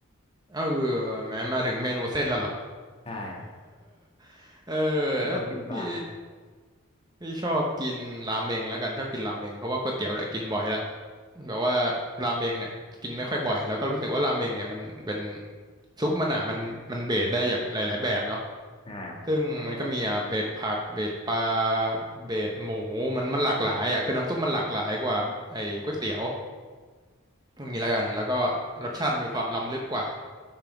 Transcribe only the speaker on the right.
เออแหม้มาถึงเมนูเส้นแล้วเหรอ
<laughs> เออ
แล้วพี่ พี่ชอบกินราเมงแล้วกันชอบกินราเมงเพราะว่าก๋วยเตี๋ยวเนี่ยกินบ่อยละแบบว่าราเมงเนี่ยกินไม่ค่อยบ่อยแล้วก็รู้สึกว่าราเมงเนี่ยมันเป็นซุปมันอ่ะมันมันเบสได้อย่างหลายๆแบบเนาะ
ซึ่งมันก็มีอ่ะเบสผักเบสปลาเบสหมูมันมันหลากหลายอ่ะคือน้ำซุปมันหลากหลายกว่าไอ้ก๋วยเตี๋ยวตรงนี้แล้วกันแล้วก็รสชาติมันมีความล้ำลึกกว่า